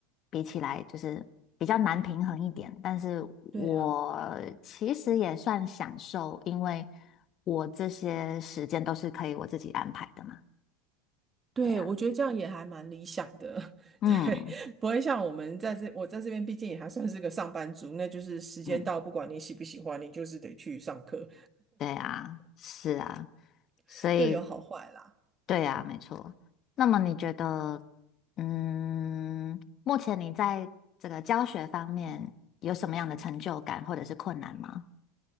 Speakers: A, on the left; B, on the right.
A: 比起来，就是比较难平衡一点，但是我其实也算享受，
B: 对啊，
A: 因为我这些时间都是可以我自己安排的嘛。
B: 对，
A: 对啊，
B: 我觉得这样也还蛮理想的，<laughs>
A: 嗯
B: 对，不会像我们在这，我在这边毕竟也还算是个上班族，那就是时间到，
A: 嗯，
B: 不管你喜不喜欢，你就是得去上课，
A: 对啊，是啊，
B: <laughs>
A: 所以。
B: 各有好坏啦。
A: 对呀，没错。那么你觉得，嗯，目前你在这个教学方面有什么样的成就感，或者是困难吗？